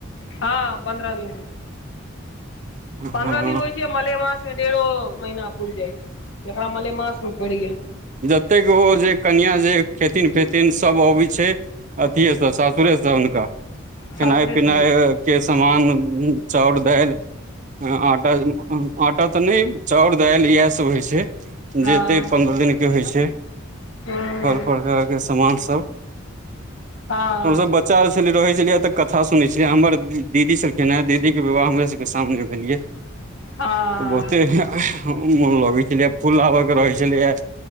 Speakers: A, on the left; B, on the right.
A: हँ पन्द्रह दिन।
B: हँ
A: पंद्रह दिन होइ छै मलेमास मे डेढ़ो महीना पुइर जाइ छै जकरा मलेमास मे पड़ि गेल।
B: एतेक ओ जे कनिया जे खेथिन पेथिन सब अबै छै। अथिएसँ सासुरेसँ हुनका
A: सासुरे
B: खेनाइ पिनाइ
A: से होइ छै
B: के समान चाउर दालि हँ आटा आटा तऽ नहि चाउर दालि इएह सब होइ छै।
A: हँ
B: जतेक पन्द्रह दिनके होइ छै
A: हूँ
B: फल प्रकारके सामानसभ।
A: हँ
B: हमसब ब चा छलीये तो होई छलिय अतऽ कथा सुनने छलियै हमर दीदी सब के ने दीदी के विवाह हमरा सब के सामने भेलिये।
A: हँ
B: तऽ बहुते ए है ह मोन लगै छलै। फूल लाबऽ के रहै छलै यऽ